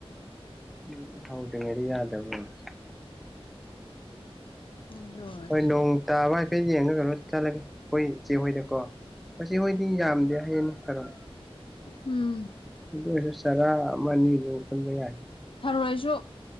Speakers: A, in the centre; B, on the left.
A: ꯎꯝ ꯍꯧꯗ꯭ꯔꯤꯉꯩꯗ ꯌꯥꯗꯕꯅꯤꯅ
B: ꯑꯗꯨ ꯑꯣꯏꯔꯁꯨ
A: ꯍꯣꯏ ꯅꯣꯡ ꯇꯥꯕ ꯍꯥꯏꯐꯦꯠ ꯌꯦꯡꯉꯒ ꯀꯩꯅꯣ ꯆꯠꯂꯒꯦ ꯑꯩꯈꯣꯏ ꯏꯆꯦ ꯍꯣꯏꯗꯀꯣ ꯃꯁꯤ ꯍꯣꯏꯗꯤ ꯌꯥꯝꯗꯦ ꯍꯌꯦꯡ ꯊꯔꯦ
B: ꯎꯝ
A: ꯑꯗꯨ ꯑꯣꯏꯔꯁꯨ ꯆꯔꯥ ꯑꯃ ꯑꯅꯤꯗꯨ ꯄꯨꯟꯕ ꯌꯥꯅꯤ
B: ꯐꯔꯣꯏꯁꯨ